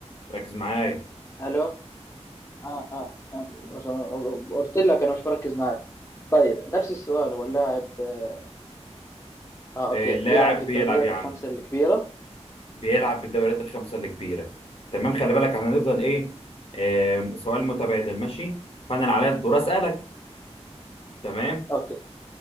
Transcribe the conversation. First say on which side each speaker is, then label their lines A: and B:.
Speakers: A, on the left; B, on the left.
A: ركز معايا
B: ألو آه, آه, آه عشان قلت لك أنا مش بركز معك طيب نفس السؤال هو اللاعب آه, آه أوكي
A: آه اللاعب
B: يلعب بالدوريات
A: بيلعب يا عم
B: الخمسة الكبيرة
A: بيلعب بالدوريات الخمسه الكبيره تمام خلي بالك احنا هنفضل ايه آه سؤال متبادل ماشي فانا اللي عليا الدور اسالك تمام
B: أوكي